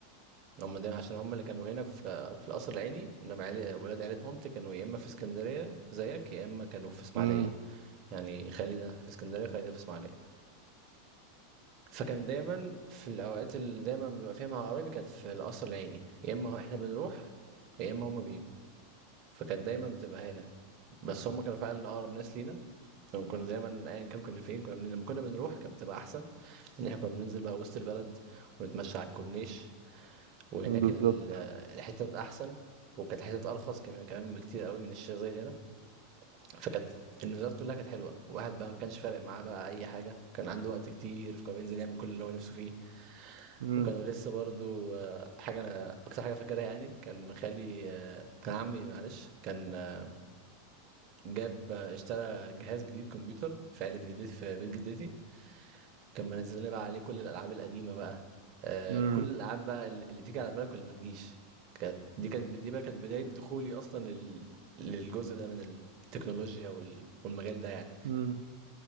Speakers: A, on the right (about 35°); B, on the right (about 80°).
A: هم دايما عشان هم اللي كانوا هنا في في القصر العيني انما عيلة ولاد عيلة مامتي كانوا يا اما في اسكندرية زيك يا اما كانوا في اسماعيلية
B: امم
A: يعني خالي ده في اسكندرية خالي ده في اسماعيلية فكان دايمًا في الأوقات اللي دايمًا بابقى فيها مع قرايبي كانت في القصر العيني، يا إما إحنا بنروح يا إما هُم بييجوا، فكانت دايمًا بتبقى هنا، بس هُم كانوا فعلًا أقرب ناس لينا، وكنا دايمًا أيًا كان كنا فين كنا بن لمّا كنا بنروح كانت بتبقى أحسن، إن إحنا كنا بننزل بقى وسط البلد ونتمشى على الكورنيش، وهناك
B: بالظبط
A: ال الحتت أحسن، وكانت الحتت أرخص كم كمان بكتير أوي من الشيخ زايد هنا. فكانت النزولات كلها كانت حلوة، الواحد بقى ما كانش فارق معاه بقى أي حاجة، كان عنده وقت كتير فكان بينزل يعمل كل اللي هو نفسه فيه،
B: مم.
A: وكانوا لسه برضه آه، حاجة أنا أكتر حاجة فاكرها يعني كان خالي آه، كان عمي معلش كان آه، جاب آه، اشترى جهاز جديد كمبيوتر في عيلة جدتي في بيت جدتي، كان منزل لنا بقى عليه كل الألعاب القديمة بقى، آه،
B: مم.
A: كل الألعاب بقى اللي اللي تيجي على بالك واللي ما تجيش، كانت دي كانت دي بقى كانت بداية دخولي أصلا لل... للجزء ده من التكنولوجيا وال... والمجال ده يعني.
B: مم.